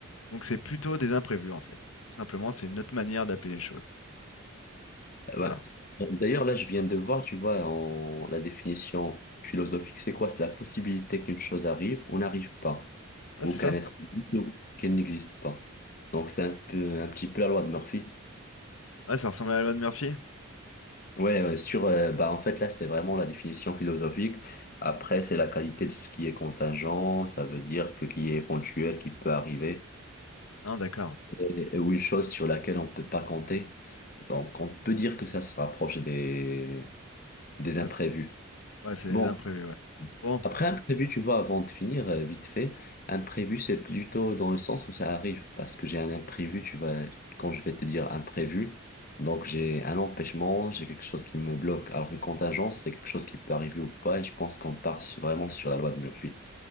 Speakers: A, on the left; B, on the left.
A: Donc c'est plutôt des imprévus en fait. Tout simplement, c'est une autre manière d'appeler les choses.
B: Ouais.
A: Voilà.
B: Bon, D'ailleurs, là, je viens de voir, tu vois, en- la définition philosophique, c'est quoi? C'est la possibilité qu'une chose arrive ou n'arrive pas,
A: Ah,
B: ou
A: c'est
B: qu'un
A: ça?
B: être existe ou qu'elle n'existe pas. Donc, c'est un peu, un petit peu la loi de Murphy.
A: Ouais, ça ressemble à la loi de Murphy?
B: Ouais, ouais, sur, euh, bah, en fait, là, c'est vraiment la définition philosophique. Après, c'est la qualité de ce qui est contingent, ça veut dire que qui est éventuel, qui peut arriver,
A: Non, d'accord.
B: et- ou une chose sur laquelle on ne peut pas compter. Donc, on peut dire que ça se rapproche des, des imprévus.
A: Ça, Ouais, c'est
B: Bon.
A: les imprévus, ouais. Bon,
B: Après, imprévu, tu vois, avant de finir, euh, vite fait, imprévu, c'est plutôt dans le sens où ça arrive, parce que j'ai un imprévu, tu vois, quand je vais te dire imprévu, donc j'ai un empêchement, j'ai quelque chose qui me bloque, alors que contingence, c'est quelque chose qui peut arriver ou pas, et je pense qu'on part sur- vraiment sur la loi de Murphy.